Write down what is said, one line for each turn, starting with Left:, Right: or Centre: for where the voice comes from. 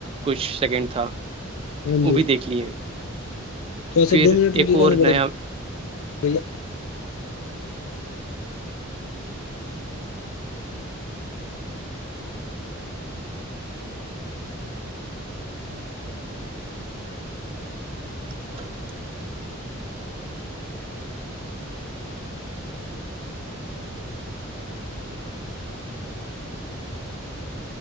Right: کچھ سیکنڈ تھا
Left: ہاں
Right: وہ
Left: جی
Right: بھی دیکھ لیے ہے
Left: تھوڑا سا
Right: پھر
Left: دو منٹ
Right: ایک
Left: رکیے
Right: اور
Left: گا نا بڑے
Right: نیا
Left: بھیا
Right: <inaudible>